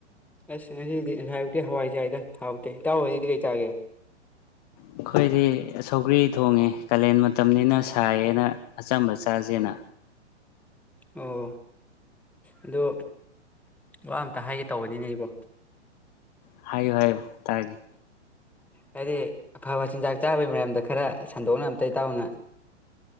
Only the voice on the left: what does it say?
ꯑꯩꯈꯣꯏꯗꯤ ꯁꯧꯒ꯭ꯔꯤ ꯊꯣꯡꯉꯦ ꯀꯥꯂꯦꯟ ꯃꯇꯝꯅꯤꯅ ꯁꯥꯏꯌꯦꯅ ꯑꯆꯝꯕ ꯆꯥꯁꯦꯅ
ꯍꯥꯏꯌꯨ ꯍꯥꯏꯌꯨ ꯇꯥꯒꯦ